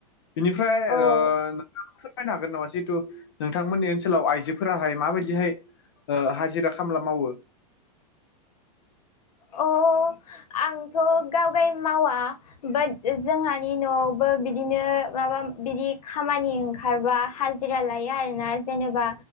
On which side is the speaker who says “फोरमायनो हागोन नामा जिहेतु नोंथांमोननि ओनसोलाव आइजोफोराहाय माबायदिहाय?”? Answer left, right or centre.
Left